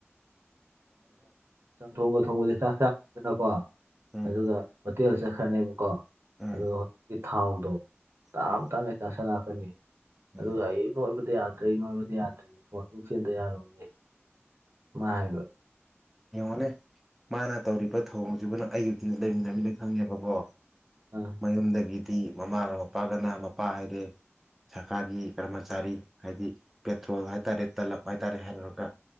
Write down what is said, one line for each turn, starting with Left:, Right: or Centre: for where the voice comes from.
Right: ꯆꯝꯊꯣꯡꯕ ꯊꯣꯡꯕꯗꯤ ꯆꯥꯛ ꯆꯥꯗꯅꯀꯣ
Centre: ꯎꯝ
Right: ꯑꯗꯨꯒ ꯍꯣꯇꯦꯜ ꯆꯠꯈ꯭ꯔꯅꯦꯕꯀꯣ
Centre: ꯎꯝ
Right: ꯑꯗꯨꯒ ꯍꫭꯇꯦꯟꯒꯤ ꯊꯥꯎꯗꯣ ꯇꯥꯞ
Centre: ꯎꯝ
Right: ꯇꯥ ꯆꯥꯁꯤꯜꯂꯒꯥ ꯂꯥꯛꯇꫭꯏꯅꯤ ꯑꯗꯨꯒ
Centre: ꯎꯝ
Right: ꯑꯩ ꯅꫭꯏꯕꯗ ꯌꯗꯔꯦ ꯌꯥꯇꯩꯔꯤ ꯅꯣꯏꯕꯗꯤ ꯌꯥꯗ꯭ꯔꯦ ꯋꯥꯀꯤꯡ ꯆꯦꯟꯗ ꯌꯥꯔꯥꯔꯣꯏꯌꯦ ꯃꯥ ꯍꯥꯏꯕ
Centre: ꯌꯦꯡꯉꯣꯅꯦ ꯃꯥꯅ ꯇꯧꯔꯤꯕ ꯊꯧꯑꯣꯡꯁꯤꯕꯨꯅ ꯑꯩꯒꯤ ꯂꯩꯃꯤꯟꯅꯃꯤꯅ ꯈꯪꯉꯦꯕꯀꯣ
Right: ꯎ
Centre: ꯃꯌꯨꯝꯗꯒꯤꯗꯤ ꯃꯃꯥꯒ ꯃꯄꯥꯒꯅ ꯃꯄꯥ ꯍꯥꯏꯔꯦ ꯁꯔꯀꯥꯔꯒꯤ ꯀꯔꯃꯆꯥꯔꯤ ꯍꯥꯏꯗꯤ ꯄꯦꯇ꯭ꯔꯣꯜ ꯍꯥꯏꯇꯥꯔꯦ ꯇꯂꯞ ꯍꯥꯏꯇꯥꯔꯦ ꯍꯥꯏꯔꯨꯔꯒ